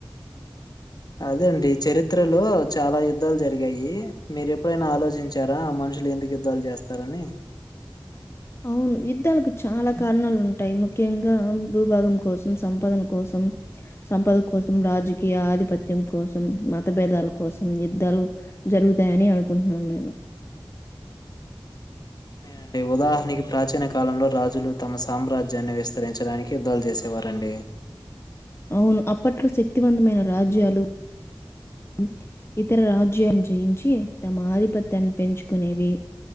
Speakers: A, on the left; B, on the left.
A: అదేండి, చరిత్రలో చాలా యుద్ధాలు జరిగాయి. మీరు ఎప్పుడైనా ఆలోచించారా మన్, మనుషులు ఎందుకు యుద్ధాలు జేస్తారని.
B: అవును యుద్ధాలకు చాలా కారణాలు ఉంటాయి. ముఖ్యంగా భూభాగం కోసం, సంపాదన కోసం, సంపద కోసం, రాజకీయ ఆధిపత్యం కోసం, మతభేదాల కోసం, యుద్ధాలు జరుగుతాయని అనుకుంటున్నాను నేను.
A: అంటే ఉదాహరణికి ప్రాచీన కా, కాలంలో రాజులు తమ సామ్రాజ్యాన్ని విస్తరించడానికి, యుద్ధాలు జేసేవారండి.
B: అవును, అప్పట్లో శక్తివంతమైన రాజ్యాలు, ఉమ్ ఇతర రాజ్యాన్ని జయించి, తమ ఆధిపత్యాన్ని పెంచుకునేవి.